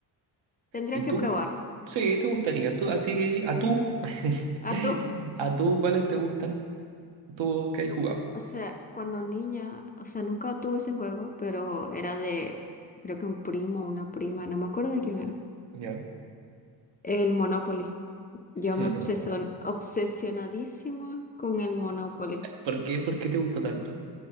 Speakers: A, on the left (about 20°); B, on the right (about 80°).
A: Tendría
B: ¿Y tú?
A: que probar.
B: Sí, te gustaría. ¿Tú, a ti, a tú? <laughs>
A: A tú,
B: ¿A tú cuáles te gustan? ¿Tú qué has jugado?
A: <laughs> o sea, cuando niña, o sea, nunca tuve ese juego, pero era de, creo que un primo o una prima, no me acuerdo de quién era.
B: ¿Ya?
A: El Monopoly. Yo
B: <laughs>
A: me obsesion- obsesionadísima con el Monopoly.
B: ¿Por qué? ¿Por qué te gustó tanto?